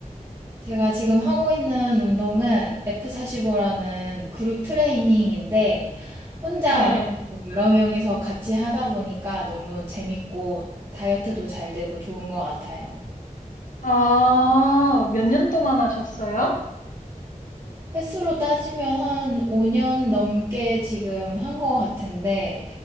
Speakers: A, on the right; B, on the left.
A: 제가 지금 하고 있는 운동은 F45라는 그룹 트레이닝인데 혼자
B: 네.
A: 안 하고 여러 명이서 같이 하다 보니까 너무 재밌고 다이어트도 잘 되고 좋은 것 같아요.
B: 아, 몇 년 동안 하셨어요?
A: 횟수로 따지면 한 5년 넘게 지금 한 것 같은데,